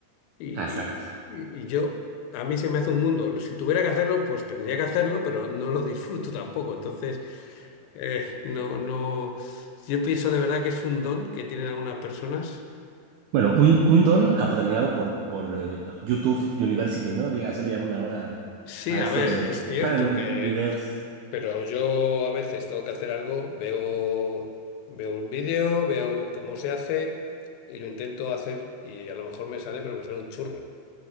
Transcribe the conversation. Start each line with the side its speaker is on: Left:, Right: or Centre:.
Left: Y,
Right: Ah, Exacto.
Left: y- y yo, a mí se me hace un mundo. Si tuviera que hacerlo, pues tendría que hacerlo, pero no lo disfruto tampoco. Entonces... Eh, no, no. Yo pienso de verdad que es un don que tienen algunas personas.
Right: Bueno, un, un don apadrinado por, por eh, YouTube University, ¿no? Diga, Así le llaman ahora
Left: Sí,
Right: a
Left: a
Right: esto
Left: ver,
Right: de
Left: es
Right: <laughs>
Left: cierto
Right: en- en
Left: que,
Right: videos.
Left: pero yo a veces tengo que hacer algo, veo, veo un vídeo, veo cómo se hace y lo intento hacer y a lo mejor me sale, pero me sale un churro.